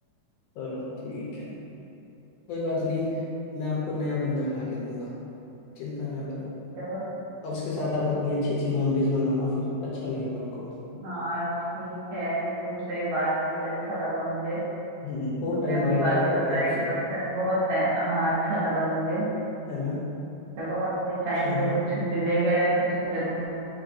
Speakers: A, on the left (about 75°); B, on the right (about 70°).
A: चलो ठीक है कोई बात नहीं मैं आपको नया बंदर ला के दूंगा चिंता ना करो
B: चलो
A: अब उसके साथ आप अपनी अच्छी अच्छी मेमोरीज बनाना फिर अच्छा लगेगा आपको
B: हाँ ठीक है तुमसे भी बात की अच्छा लगा मुझे
A: हम्म
B: तुमने
A: बहुत टाइम
B: अपनी
A: बाद
B: बातें
A: बात करके
B: बताई
A: आपसे
B: तो अच्छा बहुत है। हाँ अच्छा लगा मुझे
A: है ना
B: चलो अगले टाइम
A: चलो
B: पे कुछ मिलेगा या कुछ तो जरूर